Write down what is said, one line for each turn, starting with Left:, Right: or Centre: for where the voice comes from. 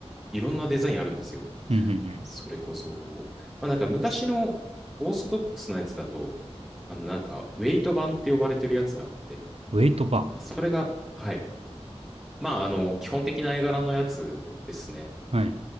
Centre: いろんなデザインあるんですよ。
Right: うんうんうん
Centre: それこそ、まあなんか昔のオーソドックスなやつだと、あのなんかウェイト版って呼ばれてるやつがあって、
Right: ウェイトパン
Centre: なんかそれが、はい。まああの、基本的な絵柄のやつですね。
Right: はい